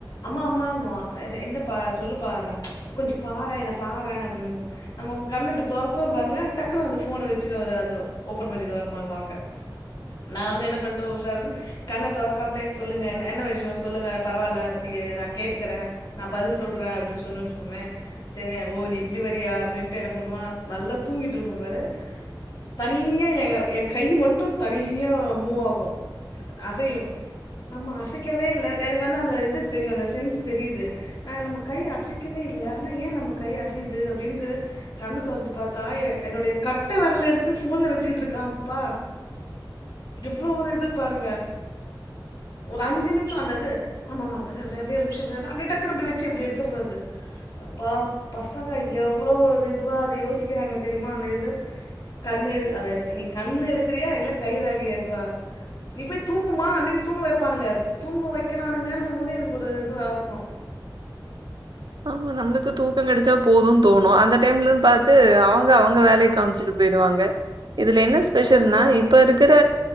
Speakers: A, on the left; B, on the right.
A: அம்மா அம்மானுவா என்ன என்னப்பா சொல்லுப் பானா கொஞ்சோ பாற என்ன பாற அப்டினு நம்ம கண்ண இப்டி தொறக்கவு பாருங்க டக்குனு அந்த ஃபோன வச்சு ஒரு அந்த ஓபன் பண்ணிடுவராமா‌ லாக்க நா வந்து என்ன பண்டோ‌ உஷாரன் கண்ண தொறக்காமலே சொல்லுங்க என் என்ன விஷயோ சொல்லுங்க பரவால நீங்க நா கேட்டுக்குற நா பதில் சொல்ற அப்டினு சொன்னு வச்சுப்போமே சரி ஓ நீ இப்டி வரியா அப்டின்ட்டு என்ன பண்ணுவா நல்லா தூங்கிட்டுருப்போ பாரு தனியா எ என் கை மட்டு தனியா மூவாகு அசையு நம்ம அசைக்கவே இல்ல எனக்கு வந்து அந்த இது தெரியு அந்த சென்ஸ் தெரியிது நா நம்ம கை அசைக் கவே இல்ல ஆனா ஏன் நம்ம கை அசையிது அப்டின்ட்டு கண்ண தொறந்து பாத்தா எ என்னுடைய கட்ட வெரல எடுத்து ஃபோன்ல வச்சிகிட்டுருக்காம் ப்பா எவ்ளோ ஒரு இதுப் பாருங்க ஒரு அஞ்சு நிமிஷோ அந்தது ஆமாமா அத அத அப்டியே ஒரு நிமிஷ இருடா அப்டியே டக்குனு அப்டி வச்சி எப்டி எடுத்துறது அப்பா பசங்க எவ்வளோ ஒரு இதுவா அது யோசிக்கிறாங்க தெரியுமா அந்த இது கண்ணு எடு அத நீ கண்ணு எடுக்குறியா இல்ல கை ரேக எதுவா நீ போய் தூங்குமா அப்டின் தூங்க வெப்பானுங்க தூங்க வெக்கிறானுங்கன்னும் போது எனக்கு ஒரு இதுவாருக்கு
B: ஆமா நம்ளுக்கு தூக்கம் கெடைச்சா போதுன் தோணு அந்த டைம்லன் பாத்து
A: ஆ
B: அவங்க அவங்க வேலை காம்ச்சிட்டு பேய்டுவாங்க இதுல என்ன ஸ்பெஷல்னா
A: அதுதான்
B: இப்ப இருக்குற